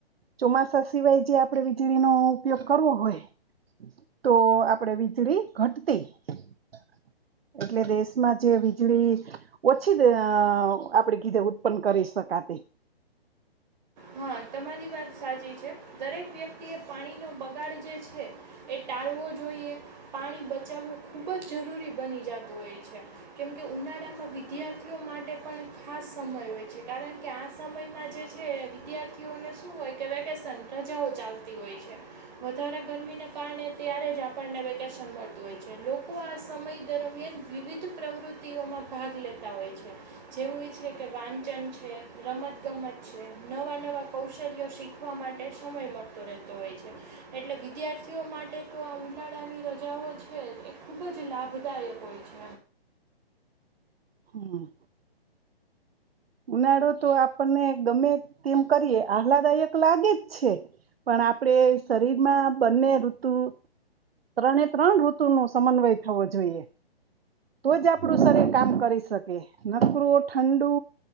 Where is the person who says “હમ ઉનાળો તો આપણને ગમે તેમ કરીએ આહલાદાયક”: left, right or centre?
Right